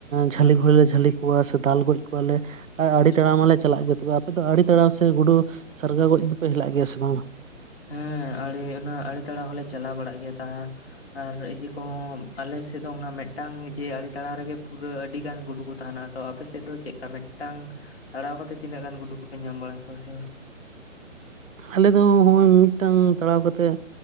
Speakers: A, on the right (about 85°); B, on the left (about 50°).
A: ᱡᱷᱟᱹᱞᱤ
B: ᱦᱩᱸ
A: ᱠᱚᱦᱚᱸᱞᱮ ᱡᱷᱟᱹᱞᱤ ᱠᱚᱣᱟ ᱥᱮ ᱫᱟᱞ ᱜᱚᱡ ᱠᱟᱣᱟᱞᱮ ᱟᱨ
B: ᱟᱪᱪᱷᱟ
A: ᱟᱲᱮ ᱛᱟᱲᱟᱣ ᱢᱟᱞᱮ ᱪᱟᱞᱟᱜ ᱜᱮᱭᱟ ᱛᱚᱵᱮ ᱟᱯᱮ ᱫᱚ ᱟᱲᱮ ᱛᱟᱲᱟᱣ ᱥᱮ ᱜᱩᱰᱩ ᱥᱟᱨᱜᱟ ᱜᱚᱡ ᱫᱚᱯᱮ ᱦᱮᱞᱟᱜ ᱜᱮᱭᱟ ᱥᱮ? ᱵᱟᱝᱟ
B: ᱦᱮᱸ ᱟᱹᱲᱮ ᱚᱱᱟ ᱟᱹᱲᱮ ᱛᱟᱲᱟᱣ ᱦᱚᱸᱞᱮ ᱪᱟᱞᱟᱣ ᱵᱟᱲᱟᱜ ᱜᱮᱭᱟ ᱛᱟᱦᱮᱸ ᱟᱨ ᱤᱭᱟᱹ ᱠᱚᱦᱚᱸ ᱟᱞᱮ ᱥᱮᱫ ᱫᱚ ᱚᱱᱟ ᱢᱤᱫᱴᱟᱝ ᱡᱮ ᱟᱲᱮ ᱛᱟᱲᱟᱣ ᱨᱮᱜᱮ ᱯᱩᱨᱟᱹ ᱟᱹᱰᱤ ᱜᱟᱱ ᱜᱩᱰᱩ ᱠᱚ ᱛᱟᱦᱮᱱᱟ ᱟᱫᱚ ᱟᱯᱮ ᱟᱯᱮᱥᱮᱫ ᱫᱚ ᱪᱮᱫᱠᱟ ᱢᱤᱫᱴᱟᱝ ᱛᱟᱲᱟᱣ ᱠᱟᱛᱮ ᱛᱤᱱᱟᱹᱜ ᱜᱟᱱ ᱜᱩᱰᱩ ᱠᱚᱯᱮ ᱧᱟᱢ ᱵᱟᱲᱟ ᱠᱚᱣᱟ ᱥᱮ?
A: ᱟᱞᱮ ᱫᱚ ᱦᱚᱸᱜ-ᱚᱭ ᱢᱤᱫᱴᱟᱝ ᱛᱟᱲᱟᱣ ᱠᱟᱛᱮᱜ